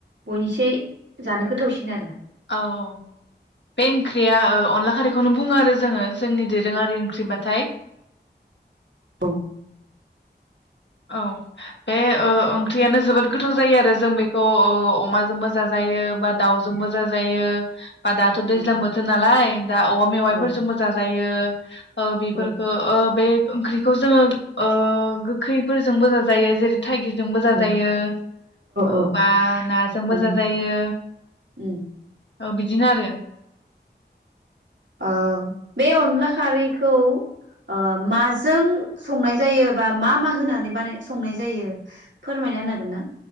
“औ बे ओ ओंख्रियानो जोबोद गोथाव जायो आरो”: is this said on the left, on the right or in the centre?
Left